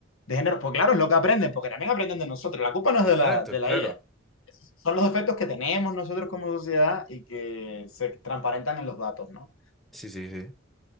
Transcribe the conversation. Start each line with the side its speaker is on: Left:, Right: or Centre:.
Left: de género, pues claro, es lo que aprenden, porque también aprenden de nosotros, la culpa no es
Centre: Exacto,
Left: de la, de la
Centre: claro.
Left: IA, son los defectos que tenemos nosotros como sociedad y que se transparentan en los datos, ¿no?
Centre: Sí, sí, sí.